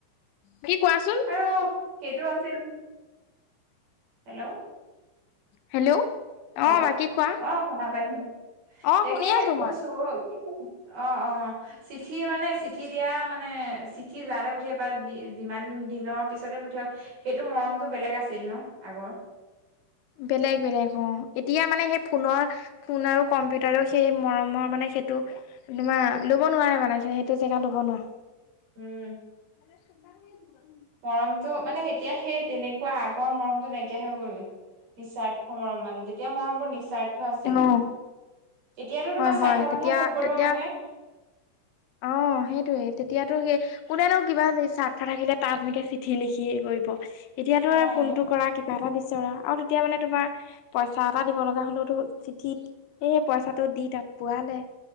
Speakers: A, on the left; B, on the right.
A: বাকী কোৱাচোন।
B: আৰু সেইটো আছিল। হেল্ল'?
A: হেল্ল'? অ
B: হেল্ল'
A: বাকী কোৱা
B: অ', শুনা পাইছো।
A: অ
B: তাকে
A: শুনি আছো
B: কৈছো
A: মই
B: অ', অ', অ'। চিঠি মানে চিঠি দিয়া মানে চিঠি যালে পঠিয়াই বা যিমান দিনৰ পিছতে পঠিয়ায়। সেইটো মৰমটো বেলেগ আছিল ন' আগৰ।
A: বেলেগ বেলেগ অ', এতিয়া মানে সেই ফোনৰ, ফোন আৰু কম্পিউটাৰেও সেই মৰমৰ মানে সেইটো তোমাৰ ল'ব নোৱাৰে মানে সেইটো জেগা ল'ব নোৱাৰে।
B: উম।
A: <unintelligible>
B: মৰমটো মানে এতিয়া সেই তেনেকুৱা আগৰ মৰমটো নাইকিয়া হৈ গ'ল। নিস্বাৰ্থ মৰম মানে, তেতিয়া মৰমবোৰ নিস্বাৰ্থ আছিল।
A: অ
B: এতিয়াটো তোমাৰ
A: হয়
B: স্বাৰ্থৰ
A: হয় তেতিয়া
B: কাৰণেহে ফোন কৰিব
A: তেতিয়া
B: মানুহে?
A: অ', সেইটোৱে, তেতিয়াতো সেই কোনেনো কিবা স্বাৰ্থ থাকিলে তাত এনেকে চিঠি লিখিয়ে কৰিব। এতিয়া তই
B: অ'।
A: ফোনটো কৰা কিবা এটা বিচৰা আৰু তেতিয়া মানে তোমাৰ পইচা এটা দিব লগা হ'লেওতো চিঠিত এই পইচাটো দি তাত পোৱালে।